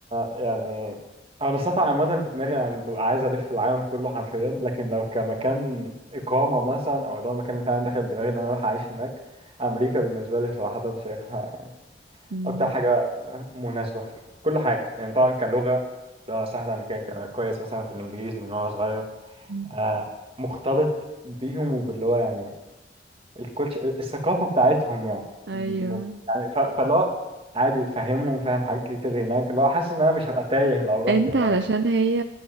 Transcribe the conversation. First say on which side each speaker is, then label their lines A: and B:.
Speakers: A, on the right; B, on the right.
A: يعني انا السفر عامه في دماغي يعني ببقى عايز الف العالم كله حرفيا لكن لو كمكان اقامه مثلا او اللي هو المكان اللي فعلا داخل دماغي ان انا اروح اعيش هناك امريكا بالنسبه لي صراحه شايفها
B: مم.
A: اكتر حاجه مناسبه في كل حاجه يعني طبعا كلغه لغه سهله انا كده كويس مثلا في الانجليزي من وانا صغير
B: مم.
A: آه، مختلط بيهم وباللي هو يعني الكلتش الثقافة بتاعتهم يعني
B: ايوه
A: م- يعني ف... فاللي هو عادي فاهمهم فاهم حاجات كتير هناك اللي هو حاسس ان انا مش هبقى تايه لو رحت
B: انت
A: هناك
B: علشان هي